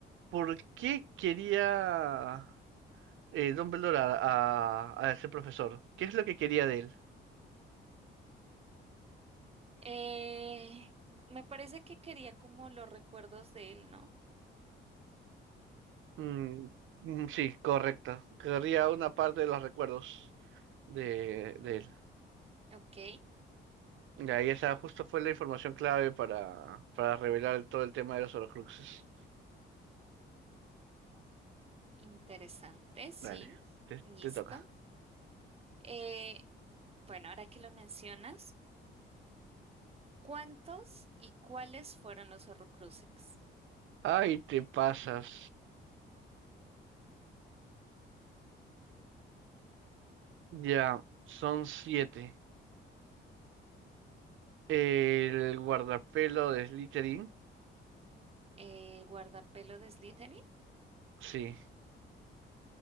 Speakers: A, on the right; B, on the right.
A: ¿Por qué quería eh, Dumbledore a, a, a ese profesor? ¿Qué es lo que quería de él?
B: Eh, me parece que quería como los recuerdos de él, ¿no?
A: Mm, mm, sí, correcto. Querría una parte de los recuerdos de, de él.
B: Ok,
A: Ya, y esa justo fue la información clave para, para revelar todo el tema de los Horcruxes.
B: interesante, sí.
A: Dale, te,
B: Listo.
A: te toca.
B: Eh, bueno, ahora que lo mencionas, ¿cuántos y cuáles fueron los Horrocruxes?
A: Ay, te pasas. Ya, son siete. El guardapelo de Slytherin.
B: Eh, ¿guardapelo de Slytherin?
A: Sí,